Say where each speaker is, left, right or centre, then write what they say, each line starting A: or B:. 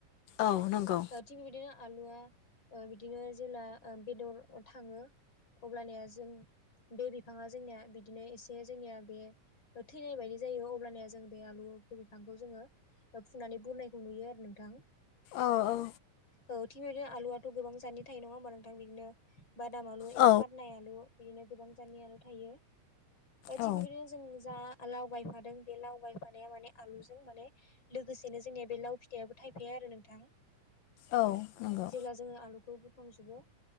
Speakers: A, on the left; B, on the left.
A: औ नंगौ।
B: ओ थिग बिदिनो आलुआ ओ बिदिनो जेला ओ बेदर थाङो अब्लानिया जों बे बिफाङा जोंनिया बिदिनो एसे जोंनिया बे थैनाय बायदि जायो अब्लानिया जों बे आलुखौ बिफांखौ जोङो फुनानै बुरनायखौ नुयो आरो नोंथां।
A: औ औ।
B: औ थिग बिदिनो आलुआथ' गोबां जातनि थायो नङा होमबा नोंथां। बिदिनो बादाम आलु एबा
A: औ
B: पाथनाय आलु बिदिनो गोबां जातनि आलु थायो।
A: औ
B: थिग बेबायदिनो जों जा लाव गायफादों बे लाव गायफानाया माने आलुजों माने लोगोसेनो जोंनिया बे लाव फिथाइयाबो थायफाया आरो नोंथां।
A: औ नंगौ
B: जेब्ला जोङो आलुखौ बु बुरखांजोबो